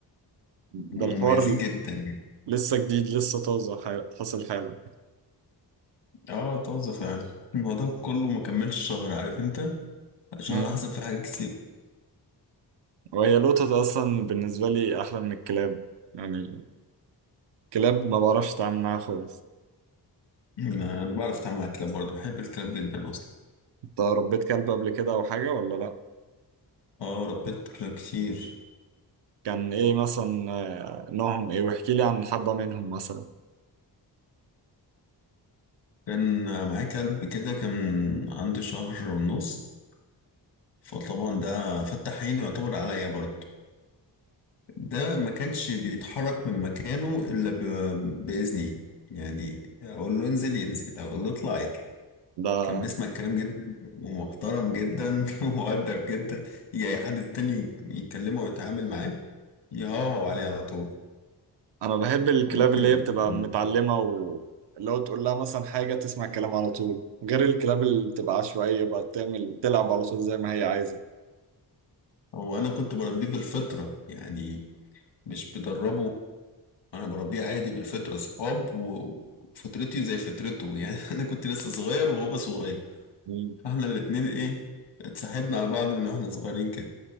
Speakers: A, on the right; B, on the left.
A: ده
B: مميزين
A: الحوار
B: جدا يعني
A: لسه جديد لسه طازه حال- حاصل حالا
B: اه طازة فعلا الموضوع كله ما كملش شهر عارف انت شهر
A: مم.
B: حصل فيه حاجات كتير
A: وهي القطط اصلا بالنسبه لي احلى من الكلاب يعني الكلاب ما بعرفش اتعامل معاها خالص
B: انا أنا بعرف اتعامل مع الكلاب برضه بحب الكلاب جدا اصلا
A: انت ربيت كلب قبل كده او حاجه ولا لا
B: اه ربيت كلاب كتير
A: كان ايه مثلا آه، نوعهم ايه واحكي لي عن حبه منهم مثلا
B: كان معايا كلب كده كان عنده شهر ونص فطبعا ده فتح عينه يعتبر عليا برضه ده ما كانش بيتحرك من مكانه الا ب... باذني يعني اقول له انزل ينزل اقول له اطلع يطلع
A: ده
B: كان بيسمع الكلام جدا ومحترم جدا <laughs> ومؤدب جدا يجي أي حد تاني يتكلمه ويتعامل معاه يهوهو عليه على طول
A: انا بحب الكلاب
B: وممكن
A: اللي
B: يقول
A: هي بتبقى
B: له.
A: متعلمه واللي هو تقول لها مثلا حاجه تسمع الكلام على طول غير الكلاب اللي بتبقى عشوائيه بقى تعمل تلعب على طول زي ما هي عايزه
B: هو أنا كنت بربيه بالفطرة يعني مش بدربه أنا بربيه عادي بالفطرة صحاب و- وفطرتي زي فطرته يعني <laughs> أنا كنت لسه صغير وهو صغير
A: مم.
B: فإحنا الاتنين إيه اتصاحبنا على بعض من وإحنا صغيرين كده